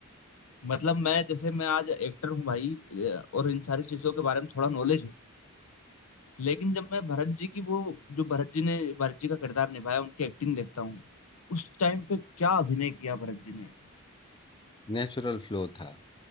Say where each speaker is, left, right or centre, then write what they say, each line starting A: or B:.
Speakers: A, on the left; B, on the left.
A: मतलब मैं जैसे मैं आज एक्टर हूँ भाई अ, और इन सारी चीजों के बारे में थोड़ा नॉलेज है लेकिन जब मैं भरत जी की वो जो भरत जी ने भरत जी का किरदार निभाया उनकी एक्टिंग देखता हूँ उस टाइम पे क्या अभिनय किया भरत जी ने
B: नेचुरल फ्लो था